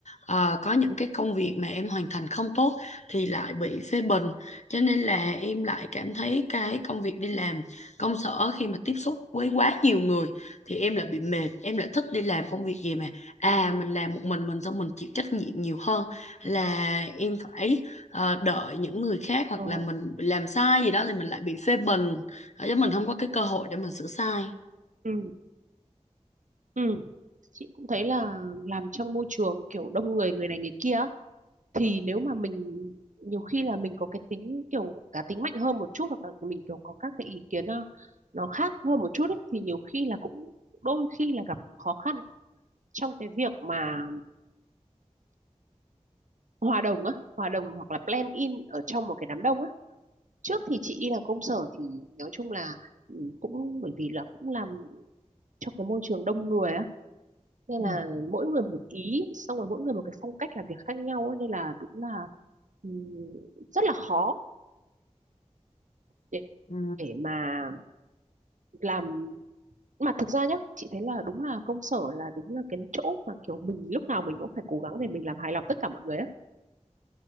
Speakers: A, on the left; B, on the right.
A: ờ, có những cái công việc mà em hoàn thành không tốt thì lại bị phê bình cho nên là em lại cảm thấy cái công việc đi làm công sở khi mà tiếp xúc với quá nhiều người thì em lại bị mệt em lại thích đi làm công việc gì mà à mình làm một mình mình xong mình chịu trách nhiệm nhiều hơn là em phải ờ, đợi những người khác hoặc
B: ờ,
A: là mình bị làm sai gì đó thì mình lại bị phê bình Ờ, chứ mình không có cái cơ hội để mình sửa sai
B: ừ ừ chị cũng thấy là làm trong môi trường kiểu đông người người này người kia á, thì nếu mà mình nhiều khi là mình có cái tính kiểu cá tính mạnh hơn một chút hoặc là mình kiểu có các cái ý kiến nó, nó khác hơn một chút ấy, thì nhiều khi là cũng đôi khi là gặp khó khăn trong cái việc mà hòa đồng á hòa đồng hoặc là blend in ở trong một cái đám đông á trước thì chị đi làm công sở thì nói chung là ừ, cũng bởi vì là cũng làm trong cái môi trường đông người á nên
A: ừ.
B: là mỗi người một ý xong rồi mỗi người một cái phong cách làm việc khác nhau á nên là đúng là ừ, rất là khó để,
A: Ừ.
B: để mà làm mà thực ra nhá chị thấy là đúng là công sở là đúng là cái chỗ mà kiểu mình lúc nào mình cũng phải cố gắng để mình làm hài lòng tất cả mọi người á